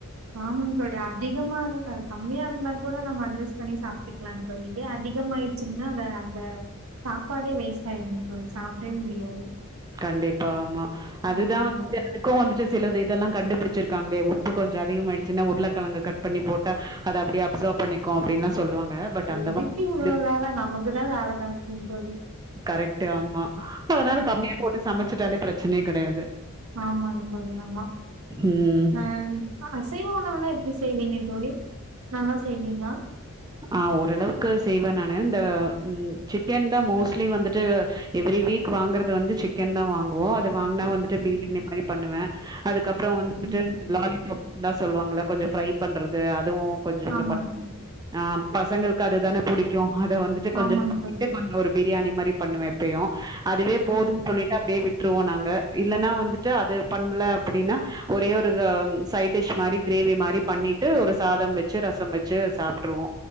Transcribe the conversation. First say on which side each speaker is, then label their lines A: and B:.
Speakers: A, on the right; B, on the right.
A: நானு தோழி அதிகமா இரு அ கம்மியா இருந்தாலு கூட நம்ம அட்ஜஸ் பண்ணி சாப்ட்டுக்லா தோழி இதே அதிகமாய்ர் சுன்னா வேண்டா சாப்பாடே வேஸ்ட் ஆய்ரு தோழி சாப்டவே முடியாது
B: கண்டிப்பா ஆமா அதுதா
A: ஆமாங்க
B: வந்து
A: தோழி
B: அதுக்கு வந்துட்டு சிலது இதெல்லா கண்டுபிடிச்சிருக்காங்ளே உப்பு கொஞ்சோ அதிகமாய்டுச்சுன்னா உருளக்கெழங்க கட் பண்ணி போட்டா அது அப்டியே அப்சர்வ் பண்ணிக்கு அப்டின்லா சொல்லுவாங்க பட் அந்த
A: எதுக்கு
B: மாதிரி
A: இவுளோ
B: இது
A: வேல நமக்குதா வேல சாஸ்திங்க தோழி
B: கரெக்ட்டு ஆமா அதனால
A: ஆம்
B: கம்மியா போட்டு சமைச்சுட்டாலே பிரச்சனையே கெடையாது
A: ஆமாங் தோழி ஆமா
B: ம்.
A: அ இப்ப அசைவ உணவுல எப் டி செய்வீங்க தோழி நல்லா செய்வீங்ளா
B: ஆ ஓரளவுக்கு செய்வ நானு இந்த ம் சிக்கன்தா மோஸ்ட்லி வந்துட்டு எவுரி வீக் வாங்குறது வந்து சிக்கன்தா வாங்குவோ அது வாங்னா வந்துட்டு
A: ம்
B: பிரியாணி மாரி பண்ணுவ அதுக்கப்புறோ வந்துட்டு
A: ம் சொல்லுங்க
B: லாலிபாப்லா
A: தோழி
B: சொல்லுவாங்ள கொஞ்சோ ஃப்ரை பண்றது அதுவு கொஞ்சோண்டு
A: ஆமாங்க
B: பண்ணுவே
A: தோழி
B: ஆ பசங்களுக்கு அதுதான புடிக்கு அத வந்துட்டு கொஞ்சோன்
A: ஆமாங்க
B: பண்ணிட்டு
A: தோழி
B: கொஞ்சோ ஒரு பிரியாணி மாரி பண்ணுவ எப்பயோ அதுவே
A: சரி
B: போதும்
A: சரி
B: சொல்லிட்டு அப்டியே விட் ருவோ நாங்க இல்லனா வந்துட்டு அது பண்ல அப்டினா ஒரே ஒருக சைடிஷ் மாரி கிரேவி மாரி பண்ணிட்டு ஒரு சாதம் வச்சு ரசம் வச்சு சாப் ட்ருவோ